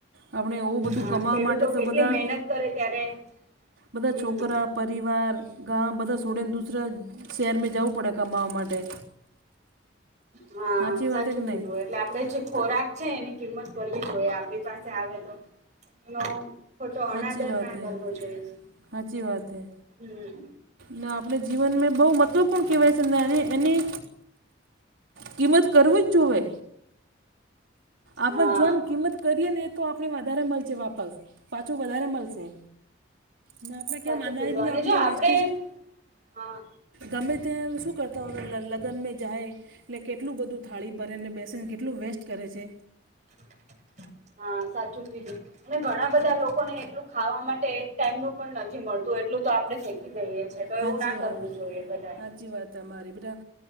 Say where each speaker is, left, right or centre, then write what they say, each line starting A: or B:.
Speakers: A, on the right; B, on the right.
A: આપણે એવું બધું
B: છે
A: કમાવા
B: અ ખેડૂતો
A: માટે તો
B: કેટલી
A: બધા
B: મહેનત કરે, ત્યારે.
A: બધા
B: હમ
A: છોકરા પરિવાર, ગામ બધા છોડીને, દુસરા શેરમેં જવું પડે કમાવા માટે
B: હા
A: સાચી
B: સાચું
A: વાત હે કે
B: કીધું
A: નહીં
B: હોય એટલે આપડે જે ખોરાક
A: તો
B: છે એની કિંમત ભરવી જોયે આપડી પાસે આવે તો એનો ખોટો અનાદરના
A: સાચી વાત
B: કરવો
A: હે
B: જોઈએ
A: સાચી વાત હે
B: હમ
A: ને આપડે જીવનમેં બહુ મહત્વપૂર્ણ કહેવાય છે ને એની કિંમત કરવી જ જોવે આપણે
B: હા
A: જેમ કિંમત કરીએ ને તો આપને વધારે મળશે વાપસ પાછું વધારે મળશે ને આપડે કેમ
B: સાચું
A: અનાજ
B: કીધું
A: ને
B: અને
A: આપણે
B: જો આપડે
A: વેસ્ટેજ
B: હા
A: ગમે તેમ શું કરતા હોય લગન મેં જાય એટલે કેટલું બધું થાળી ભરે ને બેસીને કેટલું વેસ્ટ કરે છે
B: <inaudible> હા સાચું કીધું અને ઘણા બધા લોકોને એટલું ખાવા માટે એક ટાઈમનું પણ નથી મળતું એટલું તો આપડે ફેંકી દઈએ છે તો
A: હાચી
B: એવું ના
A: વાત
B: કરવું જોઈએ બધાએ
A: હાચી વાત તમારી બડા